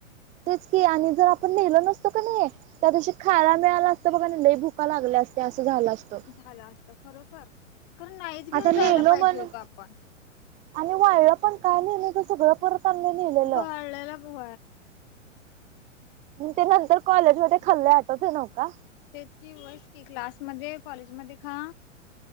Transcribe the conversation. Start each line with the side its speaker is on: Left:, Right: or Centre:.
Right: तेच की आणि जर आपण नेहिलो नसतो कानि त्या दिवशी खायला मिळाला असतं बघा ल भुका लागल्या अस झालं असतं.
Left: झालं असत खरोखर खरं नाहीच घेऊन
Right: आता नेलो
Left: जायला पाहिजे
Right: म्हणून,
Left: होत आपण
Right: आणि वाळपण काय केलं ग कसगळं परत आणलं नेलेलं.
Left: बळल्याला भ
Right: म ते नंतर कॉलेज मध्ये खाले आठवत नव का?
Left: तेच की वयस कि क्लासमध्येध्ये कॉलेज मध्ये खा